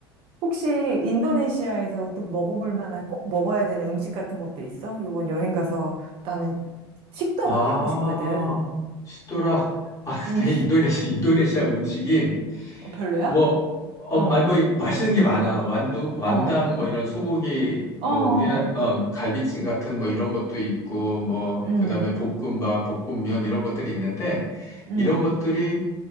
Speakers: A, on the right; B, on the left.
A: 혹시 인도네시아에서 또 먹어볼 만한 꼭 먹어야 되는 음식 같은 것도 있어? 이번 여행 가서 나는 식도락
B: 아,
A: 하고 싶거든.
B: 시도라. 아,
A: 음,
B: 근데 인도네시아, 인도네시아 음식이
A: 어, 별로야?
B: 뭐, 어,
A: 어,
B: 아니 뭐 맛있는 게 많아. 완둥, 완당
A: 어,
B: 뭐 이런 소고기, 뭐
A: 어, 어,
B: 우리나라, 어, 갈비찜 같은 뭐 이런 것도 있고 뭐
A: 음,
B: 그다음에 볶음밥, 볶음면 이런 것들이 있는데
A: 음,
B: 이런 것들이